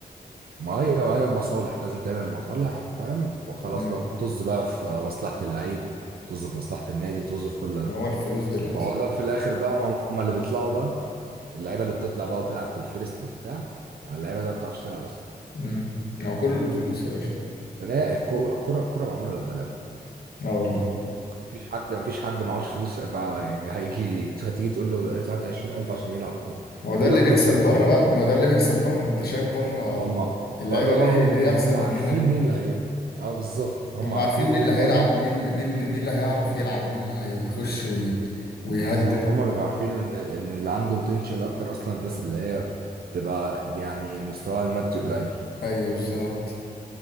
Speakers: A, on the right; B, on the left.
A: ما هي ما هي مصالح لازم تعمل مصالح فاهم وخلاص
B: امم
A: بقى طز بقى في مصلحه اللعيب طز في مصلحه النادي طز في كل ده
B: ما هو الفلوس دلوقتي
A: فهو ده في الاخر بقى هم اللي بيطلعوا بقى اللعيبه اللي بتطلع بقى وتلعب في الفيرست وبتاع اللعيبه دي ما بتعرفش تلعب اصلا
B: امم ما هو كله بالفلوس يا باشا
A: عشان هي الكو- الكره الكره معموله للغلابه
B: اه والله
A: مفيش حد مفيش حد معهوش فلوس بقى يعني هيجي <laughs> هتيجي تقول له هات 20000 عشان يلعب كوره
B: ما هو ده
A: يقول
B: اللي
A: لك طز
B: بيحصل
A: في الكوره
B: بره بقى ما هو ده اللي بيحصل بره انت شايف بره
A: هم
B: اللعيبه
A: بره
B: ليه
A: بقى هم
B: ليه
A: هم
B: احسن
A: هم
B: من
A: عارفين
B: هنا
A: مين اللي هي اه بالظبط هم
B: هم
A: عارفين
B: عارفين مين
A: مين
B: اللي هيلعب
A: بره
B: مين اللي- مين اللي- مين اللي هيعرف يلعب مين اللي هيخش وي... ويهدف
A: بالظبط هم بيبقوا عارفين ان ان اللي عنده بوتنشال اكتر اصلا الناس اللي هي بتبقى يعني مستواها المادي قليل
B: ايوه بالظبط